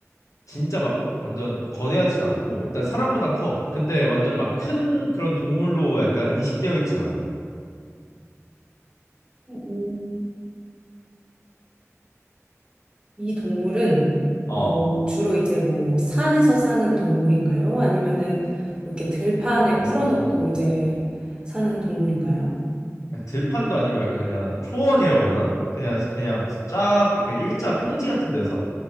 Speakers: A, on the left; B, on the right.
A: 진짜 막 완전 거대하진 않고 일단 사람보단 커. 근데 완전 막 큰 그런 동물로 약간 인식되어 있진 않아.
B: 오, 이 동물은
A: 어.
B: 어, 주로 이제 뭐 산에서 사는 동물인가요? 아니면은 뭐 이렇게 들판에
A: 음,
B: 풀어놓고 이제 사는 동물인가요?
A: 음. 들판도 아니고 약간 그냥 초원이라고 해야 되나? 그냥 그냥 쫙 이렇게 일자 평지 같은 데서 살아.